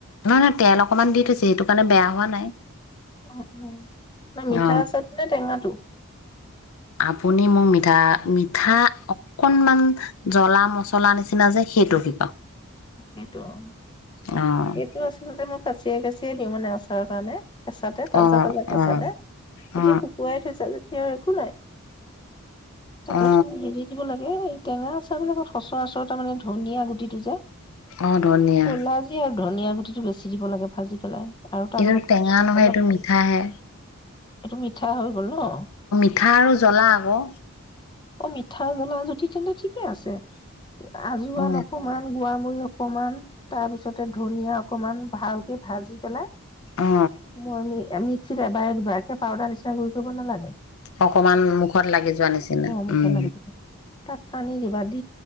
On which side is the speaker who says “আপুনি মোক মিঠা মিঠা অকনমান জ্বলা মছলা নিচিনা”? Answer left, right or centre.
Left